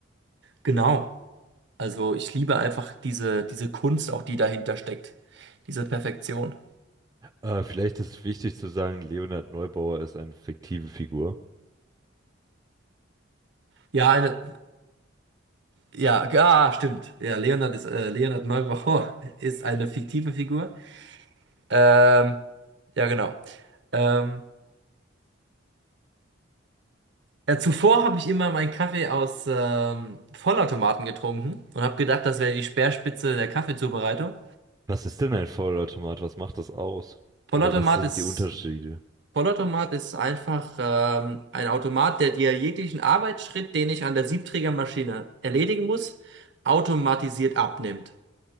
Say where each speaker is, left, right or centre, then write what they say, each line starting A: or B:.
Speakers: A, on the right; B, on the right.
A: genau, also ich liebe einfach diese, diese Kunst, auch die dahinter steckt, diese Perfektion.
B: Äh, vielleicht ist wichtig zu sagen, Leonhard Neubauer ist eine fiktive Figur.
A: Ja, eine. Ja, ah, stimmt. Ja, Leonard ist, äh, Leonard Malraux <laughs> ist eine fiktive Figur. Ähm, ja, genau. Ähm, ja, zuvor habe ich immer meinen Kaffee aus ähm, Vollautomaten getrunken und habe gedacht, das wäre die Speerspitze der Kaffeezubereitung.
B: Was ist denn ein Vollautomat? Was macht das aus?
A: Vollautomat
B: Oder was sind
A: ist,
B: die Unterschiede?
A: Vollautomat ist einfach ähm, ein Automat, der dir jeglichen Arbeitsschritt, den ich an der Siebträgermaschine erledigen muss, automatisiert abnimmt.